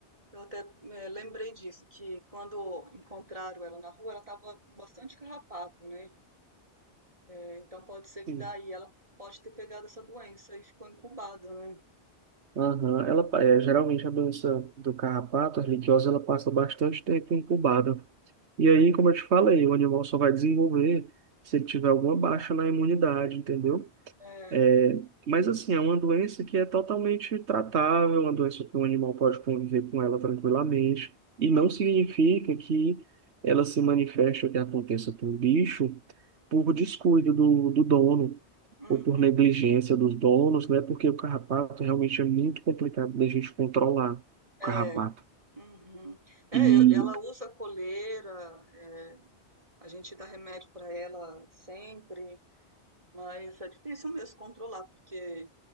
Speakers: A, on the right (about 30°); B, on the right (about 75°).
A: Eu até eh, lembrei disso, que quando encontraram ela na rua, ela estava com bastante carrapato, né? Eh, Então pode ser que
B: Sim.
A: daí ela pode ter pegado essa doença e ficou incubada, né?
B: Aham, Ela, pa- é, geralmente a doença do carrapato, a erliquiose, ela passa bastante tempo incubada. E
A: Hum.
B: aí, como eu te falei, o animal só vai desenvolver se ele tiver alguma baixa na imunidade, entendeu?
A: É,
B: É, mas assim, é uma doença que é totalmente tratável, uma doença que o animal pode conviver com ela tranquilamente, e
A: uhum,
B: não significa que ela se manifeste ou que aconteça com o bicho por descuido do, do dono
A: uhum,
B: ou por negligência dos donos, né? Porque o carrapato realmente é muito complicado da gente controlar o
A: é,
B: carrapato.
A: uhum. É,
B: E,
A: eu- ela usa coleira, é, a gente dá remédio para ela sempre, mas é difícil mesmo controlar, porque